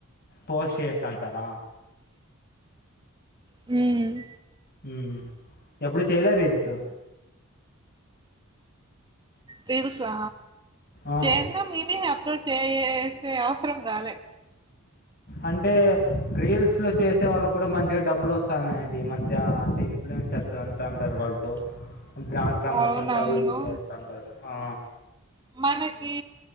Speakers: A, on the left; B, on the right.
A: పోస్ట్ చేస్తాంటార
B: హుమ్
A: హుమ్ ఎప్పుడు చేయల రీల్సు
B: రీల్సా
A: ఆ
B: చేస్నాం మేమే అప్లోడ్ చేసే అవసరం రాలే
A: అంటే రీల్స్లొ చేసే వాళ్ళక్కూడా మంచిగా డబ్బులు వస్సన్నాయండి ఈ మధ్య అంటే ఇన్ఫ్లుయెన్సర్స్ అంట ఉంటారు వాళ్ళతో
B: <unintelligible>
A: బ్రాండ్ ప్రమోషన్స్
B: అవునవును.
A: అవి ఇవి చేస్తంటారు హా
B: మనకీ